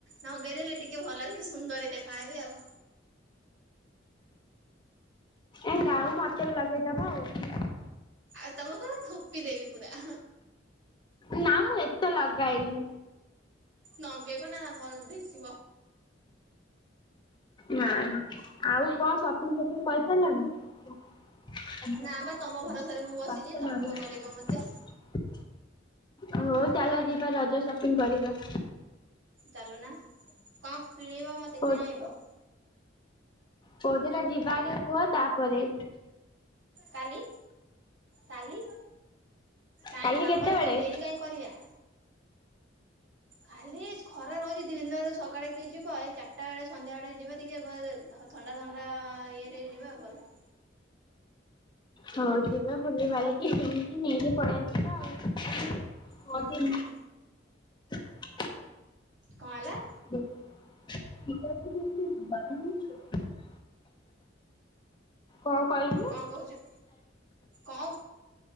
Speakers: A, on the right; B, on the left.
A: ନଗେଇଦେଲେ ଟିକେ ଭଲ ଟିକେ ସୁନ୍ଦରୀ ଦେଖାହେବି ଆଉ।
B: ଏ ଯା ହଉ ମୋତେ ବି ଲଗେଇଦବ ଆଉ।
A: ଆଉ ତୋମ କଣ ଥୋପି ଦେବି ପୁରା।
B: ନା ମୁଁ ଏତେ ଲଗାଏନି।
A: ନଗେଇବ ନା ଭଲ ଦିଶ
B: ନା ନା ଆଉ କଣ ସପିଙ୍ଗ ଫପ ଫିଙ୍ଗ କରିସାରଲଣି? <unintelligible>
A: ନା ବା ତମ ଭରସାରେ ମୁଁ ବସିଛି ତମେ ବା କରେଇବ ମତେ
B: ହଉ ଚାଲ ଯିବା ରଜ ସପିଙ୍ଗ କରିବା।
A: ଚାଲୁନା କଣ କିଣିବ ମୋତେ
B: କୋଉ
A: କିଣାଇବ?
B: କୋଉଦିନ ଯିବା ଆଗେ କୁହ ତାପରେ?
A: କାଲି କାଲି କାଇଁ
B: କାଲି
A: କାମରେ
B: କେତେବେଳେ
A: କାଇଁ ଡେରି କାଇଁ କ କରିଆ। ଖାଲି ଖରା ରହୁଚି ଦିନରେ ସକାଳେ କିଏ ଯିବ। ଏଇ ଚାଟା ବେଳେ ସନ୍ଧ୍ୟା ବେଳେ ଯିବା ଟିକେ ଭଲସେ ଧ ଥଣ୍ଡା ଥଣ୍ଡା ଇଏରେ ଯିବା ଭଲ।
B: ହଁ ଯିବା ଭୁଲି ବାଲିକି କିଣିକି ନେଇକି ପଳେଇ ଆସିବା ଆଉ।
A: ହୁଁ
B: <unintelligible>
A: କଁ ହେଲା?
B: <unintelligible> କଣ କହିଲୁ
A: କଣ କହୁଚ? କଁ